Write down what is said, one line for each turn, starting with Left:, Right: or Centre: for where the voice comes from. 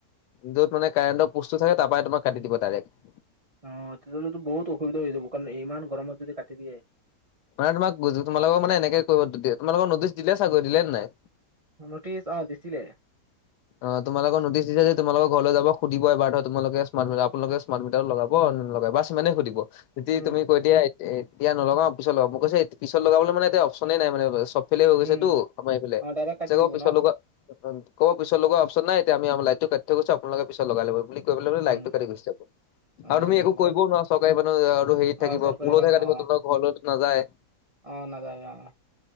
Left: য'ত মানে কাৰেণ্টৰ পুষ্টটো থাকে তাৰপাই তোমাক কাটি দিব ডাইৰেক্ট।
Right: অ' তেতিয়াহ'লে বহুত অসুবিধা হৈ যাব কাৰণ ইমান গৰমত যদি কাটি দিয়ে
Left: মানে তোমাক তোমালোকক মানে এনেকে কৰিব, তোমালোকক নটিচ দিলে চাগৈ, দিলেনে নাই?
Right: নটিচ অ' দিছিলে।
Left: অ' তোমালোকৰ নটিছ দিছে যদি তোমালোকৰ ঘৰলৈ যাব সুধিব এবাৰ ধৰা তোমালোকে স্মাৰ্ট মিটাৰ আপোনালোকে স্মাৰ্ট মিটাৰটো লগাব নে নলগায় বাচ ইমানেই সুধিব। যদি
Right: উম
Left: তুমি কৈ দিয়া এ, এতিয়া নলাগাও পিছত লগাম। মই কৈছোঁ পিছত লগাবলৈ মানে এতিয়া অপশনেই নাই মানে চব ফালে হৈ গৈছেতো
Right: উম
Left: আমাৰ এইফালে,
Right: অ ডাইৰেক্ট কাটি
Left: তেতিয়া ক'ব
Right: দিব
Left: পিছত
Right: ন
Left: লগোৱা, কক পিছত লগোৱা অপশন নাই এতিয়া আমি আমাৰ লাইটো কাটি থৈ গৈছোঁ আপোনালোকে পিছত লগাই ল'ব, বুলি কৈ পেলাই লাইটটো
Right: উম
Left: কাটি গুচি যাব।
Right: অ
Left: আৰু তুমি একো
Right: তেতিয়া
Left: কৰিবও নোৱাৰা, চৰকাৰী মানুহ আৰু হেৰিত থাকিব
Right: অ চৰকাৰী
Left: পুলতহে
Right: মানুহ
Left: কাটিব
Right: অ
Left: তোমাক। ঘৰলৈতো নাযায়।
Right: অ' নাযায় অ'।